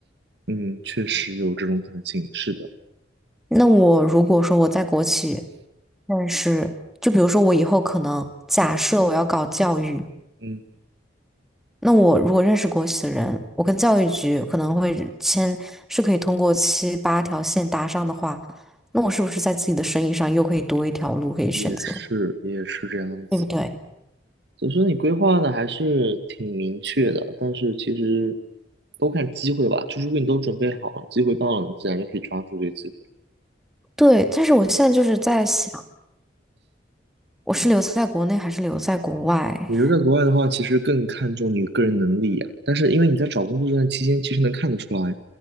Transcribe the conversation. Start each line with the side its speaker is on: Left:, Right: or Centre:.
Right: 嗯，确实有这种可能性，是的，
Centre: 那我如果说我在国企认识，就比如说我以后可能假设我要搞教育，
Right: 嗯，
Centre: 那我如果认识国企的人，我跟教育局可能会签，是可以通过七八条线搭上的话，那我是不是在自己的生意上又可以多一条路可以选择，
Right: 也是也是这样子。
Centre: 对不对？
Right: 所以说你规划的还是挺明确的，但是其实都看机会吧，就是如果你都准备好了，机会到了，你自然就可以抓住这个机会。
Centre: 对，但是我现在就是在想，我是留在国内还是留在国外？
Right: 我觉得在国外的话，其实更看重你个人能力呀、但是因为你在找工作这段期间，其实能看得出来，